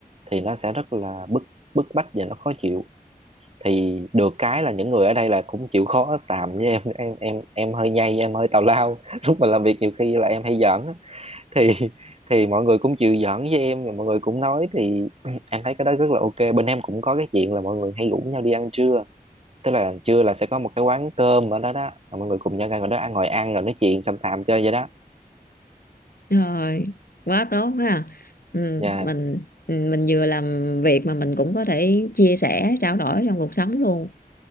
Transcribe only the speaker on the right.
thì nó sẽ rất là bức bức bách và nó khó chịu thì được cái là những người ở đây là cũng chịu khó xàm với em em em em hơi nhây em hơi tào lao <laughs> lúc mà làm việc nhiều khi là em hay giỡn á. thì thì mọi người cũng chịu giỡn với em mọi người cũng nói thì <clears throat> em thấy cái đó rất là ok bên em cũng có cái chuyện là mọi người hay rủ nhau đi ăn trưa tức là trưa là sẽ có một cái quán cơm ở đó đó mọi người cùng nhau ra ngồi đó ăn ngồi ăn rồi nói chuyện xàm xàm chơi vậy đó
Dạ